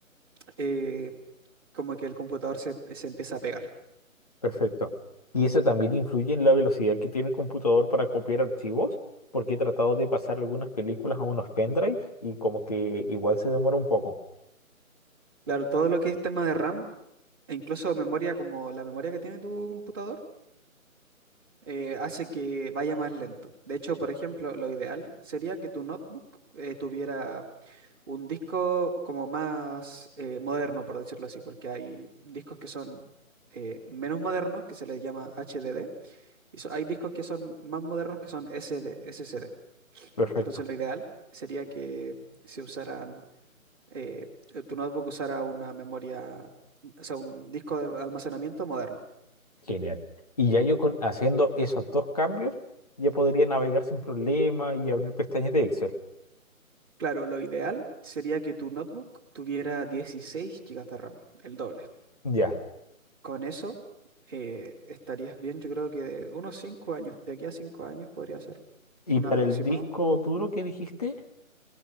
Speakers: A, on the right; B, on the left.
A: eh, como que el computador se, se empieza a pegar.
B: Perfecto. Y eso también influye en la velocidad que tiene el computador para copiar archivos, porque he tratado de pasar algunas películas a unos pendrives y como que igual se demora un poco.
A: Claro, todo lo que es tema de RAM e incluso memoria como la memoria que tiene tu computador eh, hace que vaya más lento. De hecho, por ejemplo, lo ideal sería que tu notebook eh, tuviera un disco como más eh, moderno, por decirlo así, porque hay discos que son eh, menos modernos, que se les llama HDD, y so- hay discos que son más modernos que son SD, SSD.
B: Perfecto.
A: Entonces, lo ideal sería que se usaran, eh, tu notebook usara una memoria, o sea, un disco de almacenamiento moderno.
B: Genial. Y ya yo con, haciendo esos dos cambios, ya podría navegar sin problema y abrir pestañas de Excel.
A: Claro, lo ideal sería que tu notebook tuviera 16 gigas de RAM, el doble.
B: Ya.
A: Con eso eh, estarías bien, yo creo que de unos 5 años, de aquí a 5 años podría ser
B: ¿Y
A: un
B: para
A: aproximado.
B: el disco duro que dijiste?